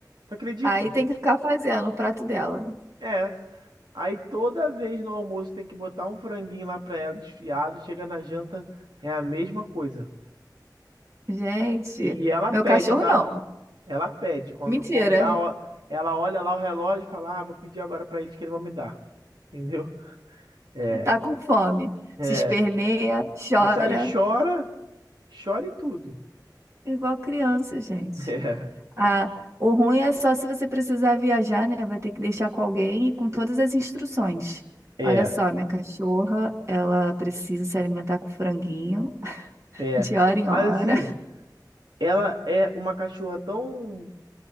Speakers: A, on the right; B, on the right.
A: Tu acredita?
B: Aí tem que ficar fazendo o prato dela.
A: É. Aí toda vez no almoço tem que botar um franguinho lá pra ela desfiado. Chega na janta, é a mesma coisa.
B: Gente,
A: E ela
B: meu
A: pede,
B: cachorro
A: tá?
B: não.
A: Ela pede. Quando,
B: Mentira.
A: quando dá, ó- ela olha lá o relógio e fala: Ah, vou pedir agora pra eles que eles vão me dar. Entendeu? É,
B: Tá com fome.
A: é.
B: Se esperneia, chora,
A: Isso aí, chora. Chore tudo.
B: igual criança, gente.
A: <laughs>
B: Ah, o ruim é só se você precisar viajar, né? Vai ter que deixar com alguém e com todas as instruções.
A: É,
B: Olha só, minha cachorra, ela precisa se alimentar com franguinho <laughs>
A: é,
B: de
A: é.
B: hora em
A: Mas
B: hora.
A: assim, ela é uma cachorra tão,